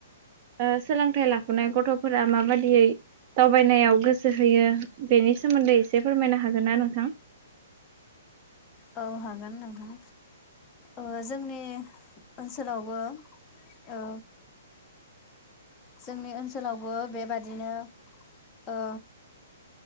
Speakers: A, on the right (about 35°); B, on the left (about 20°).
A: ओ सोलोंथाइ लाफुनाय गथ'फोरा माबादियै दावबायनायाव गोसो होयो बेनि सोमोन्दै एसे फोरमायनो हागोन ना नोंथां?
B: औ हागोन नोंथां ओ जोंनि ओनसोलावबो ओ जोंनि ओनसोलावबो बेबादिनो ओ